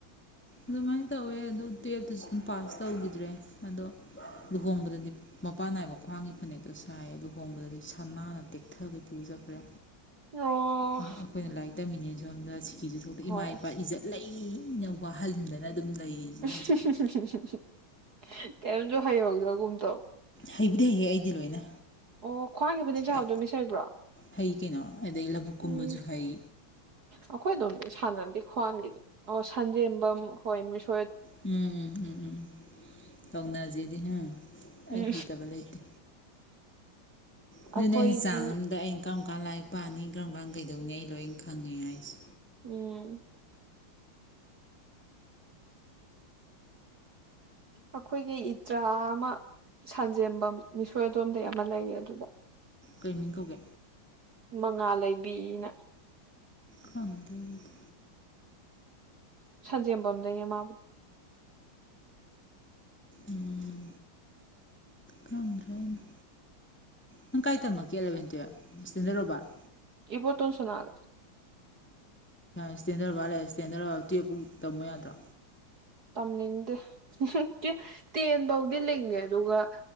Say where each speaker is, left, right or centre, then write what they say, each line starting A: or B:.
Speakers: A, in the centre; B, on the right.
A: ꯑꯗꯨꯃꯥꯏꯅ ꯇꯧꯋꯦ ꯑꯗꯣ ꯇꯨꯌꯦꯜꯞꯇꯁꯨ ꯑꯗꯨꯝ ꯄꯥꯁ ꯇꯧꯈꯤꯗ꯭ꯔꯦ ꯑꯗꯣ ꯂꯨꯍꯣꯡꯕꯗꯗꯤ ꯃꯄꯥꯟ ꯅꯥꯏꯕ ꯈ꯭ꯋꯥꯡꯒꯤ ꯐꯅꯛꯇꯣ ꯁꯥꯏꯌꯦ ꯂꯨꯍꯣꯡꯕꯗꯗꯤ ꯁꯅꯥꯅ ꯇꯦꯛꯊꯒꯩ ꯄꯨꯔꯥ ꯆꯠꯈ꯭ꯔꯦ
B: ꯑꯣ
A: ꯑꯩꯈꯣꯏꯅ ꯂꯥꯏꯔꯤꯛ ꯇꯝꯃꯤꯅꯦꯅ ꯁꯣꯝꯗ ꯁꯤ ꯀꯤꯁꯨ ꯊꯣꯛꯇꯦ
B: ꯍꯣꯏ
A: ꯏꯃꯥ ꯏꯄꯥ ꯏꯖꯠ ꯂꯩꯅ ꯋꯥꯍꯟꯗꯅ ꯑꯗꯨꯝ ꯂꯩꯔꯤꯁꯤꯅꯦ
B: ꯍꯨꯝ-ꯍꯨꯝ-ꯍꯨꯝ-ꯍꯨꯝ-ꯍꯨꯝ-ꯍꯨꯝ-ꯀꯩꯝꯖꯨ
A: ꯍꯧꯖꯤꯛꯐꯥꯎ
B: ꯍꯥꯏ ꯐꯪꯍꯧꯗꯒꯨꯝ ꯇꯧ
A: ꯍꯩꯕꯨꯗꯤ ꯍꯩꯍꯦ ꯑꯩꯗꯤ ꯂꯣꯏꯅ
B: ꯑꯣ ꯈ꯭ꯋꯥꯡꯒꯤ ꯐꯅꯦꯛ ꯁꯥꯕꯗꯣ
A: ꯑ
B: ꯃꯤꯁ ꯍꯩꯕ꯭ꯔꯣ
A: ꯍꯩ ꯀꯩꯅꯣ ꯑꯗꯩ ꯂꯕꯨꯛ
B: ꯎꯝ
A: ꯀꯨꯝꯕꯖꯨ ꯍꯩ
B: ꯑꯩꯈꯣꯏ ꯑꯗꯣꯝꯗꯤ ꯁꯥꯟꯅꯗꯦ ꯈ꯭ꯋꯥꯡꯒꯤꯗꯤ ꯑꯣ ꯁꯟꯖꯦꯝꯕꯝ ꯍꯣꯏ ꯃꯤꯁ
A: ꯎꯝ ꯎꯝ ꯎꯝ ꯎꯝ ꯎꯝ ꯇꯧꯅꯖꯦꯗꯤ ꯍꯝ ꯑꯩ
B: ꯎꯝ
A: ꯍꯩꯇꯕ ꯂꯩꯇꯦ ꯑꯗꯨ
B: ꯑꯩꯈꯣꯏꯒꯤ
A: ꯅꯣꯏꯅ ꯆꯥꯡ ꯑꯃꯗ ꯑꯩꯅ ꯀꯔꯝ ꯀꯥꯟ ꯂꯥꯏꯔꯤꯛ ꯄꯥꯅꯤ ꯀꯔꯝ ꯀꯥꯟ ꯀꯩꯗꯧꯅꯤ ꯑꯩ ꯂꯣꯏꯅ ꯈꯪꯉꯦ ꯍꯥꯏꯁꯦ
B: ꯎꯝ ꯑꯩꯈꯣꯏꯒꯤ ꯏꯆꯥ ꯑꯃ ꯁꯟꯖꯦꯝꯕꯝ ꯃꯤꯁ ꯍꯣꯏ ꯑꯗꯣꯝꯗꯩ ꯑꯃ ꯂꯩꯌꯦ ꯑꯗꯨꯗ
A: ꯀꯩ ꯃꯤꯡ ꯀꯧꯒꯦ
B: ꯃꯉꯥꯜꯂꯩꯕꯤꯅ
A: ꯈꯪꯗꯦ ꯑꯗꯨꯗꯤ
B: ꯁꯟꯖꯦꯝꯕꯝꯗꯩꯅꯦ ꯃꯥꯕꯨꯗꯤ
A: ꯎꯝ ꯈꯪꯗ꯭ꯔꯦ ꯑꯗꯨ ꯅꯪ ꯀꯥꯏ ꯇꯝꯃꯛꯀꯦ ꯑꯦꯂꯚꯦꯟ ꯇꯨꯋꯦꯜꯄ ꯁꯇꯦꯟꯗꯔ ꯔꯣꯕꯥꯔꯠ
B: ꯏꯕꯣꯇꯣꯟꯁꯅꯥꯗ ꯇꯥꯕ ꯉꯝꯗꯕ
A: ꯁꯇꯦꯟꯗꯔ ꯔꯣꯕꯥꯔꯠ ꯂꯩꯔ ꯁꯇꯦꯟꯗꯔ ꯔꯣꯕꯥꯔꯠꯇ ꯇ꯭ꯋꯦꯜꯄꯄꯨꯛ ꯇꯝꯃꯣ ꯌꯥꯗ꯭ꯔꯣ
B: ꯇꯝꯅꯤꯡꯗꯦ ꯍꯨꯝ-ꯍꯨꯝ-ꯇꯨꯋꯦꯜꯄ ꯇꯦꯟꯐꯧꯗꯤ ꯂꯤꯡꯉꯦ ꯑꯗꯨꯒ